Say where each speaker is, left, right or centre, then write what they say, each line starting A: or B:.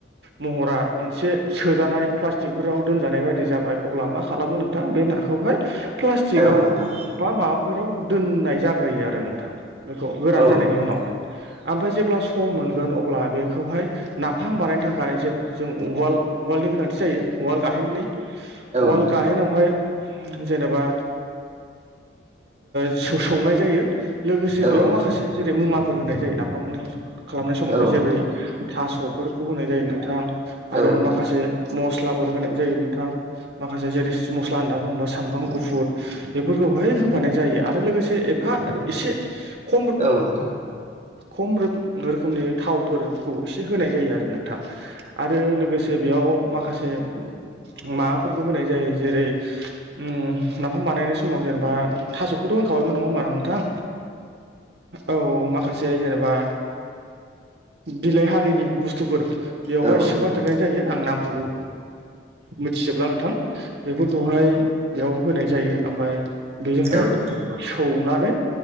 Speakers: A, on the right; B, on the right.
A: महरा मोनसे सोजानाय प्लास्टिकफोराव दोनजानाय बाददि जाबाय अब्ला मा खालामो नोंथां बे नाखौ बहाय प्लासटिक
B: औ
A: आव
B: नोंथां
A: बा माबाफोराव दोनाय जागोन होग्रोयो आरो नोंथां बेखौ गोरान
B: औ
A: जानायनि
B: नोंथां
A: उनावहाय ओमफ्राय जेब्ला सम मोनगोन अब्ला बेखौहाय नाफाम बानायनो थाखाय ज जों उवाल नि गोनांथि जायो वड गाहेननि
B: औ
A: वालड
B: नोंथां
A: गाहेनावहाय जेनेबा सौनाय जायो लोगोसे
B: औ नोंथां औ
A: बेयाव माखासे
B: नोंथां
A: जेरै मुवाफोर होनाय जायो नाफाम खालामनाय समावहाय
B: औ नोंथां औ
A: जेरै
B: नोंथां औ नोंथां औ
A: थास' बेफोरखौ होनाय जायो नोंथाङा आरो
B: औ नोंथां
A: माखासे मस्लाफोर होनाय जायो नोंथां माखासे जेरै मस्ला होनना बुङोबा सामब्राम गुफुर बेफोरखौहाय होफानाय जायो आरो लोगोसे एफा एसे खम
B: औ नोंथां
A: खम रोखोमनि थावफोरखौ एसे होनाय जायो आरो नों थां आरो लोगोसे बेयाव माखासे माबाफोरबो होनाय जायो जेरै नाफाम बानायनाय समाव जेनेबा थास'खौथ' होनखाबायमोन नंङा होमबा आं थां औ माखासे जेनेबा बिलाइ हारिनि बुस्थुफोर बेवहाय
B: औ नोंथां
A: सोफादेरनाय जायो आं नामफोरखौ मिथिजोबला नोंथां बेफोर खौहाय बेयाव होनाय जायो ओमफ्राय बेजोंहाय
B: औ नोंथां
A: सौनानै